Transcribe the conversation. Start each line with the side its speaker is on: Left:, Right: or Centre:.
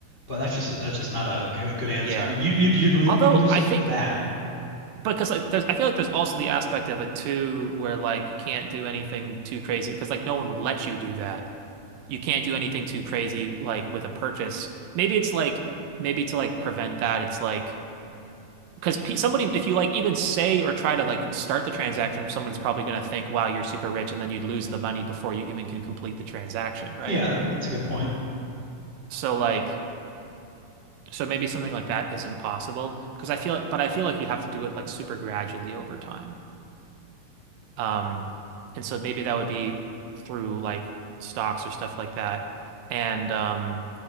Left: but that's just that's just not a g- good answer.
Right: Yeah.
Left: I mean, you you'd you'd, lo- you'd
Right: Although
Left: lose
Right: I
Left: it,
Right: think
Left: that.
Right: because like there's I feel like there's also the aspect of it too where like you can't do anything too crazy because like no one would let you do that. You can't do anything too crazy like with a purchase. Maybe it's like maybe to like prevent that, it's like because somebody, if you like even say or try to like start the transaction, someone's probably going to think, wow, you're super rich. And then you'd lose the money before you even can complete the transaction, right?
Left: Yeah, that, that's a good point.
Right: So, like, so maybe something like that isn't possible because I feel, but I feel like you'd have to do it like super gradually over time. Um, and so maybe that would be through like stocks or stuff like that. And um,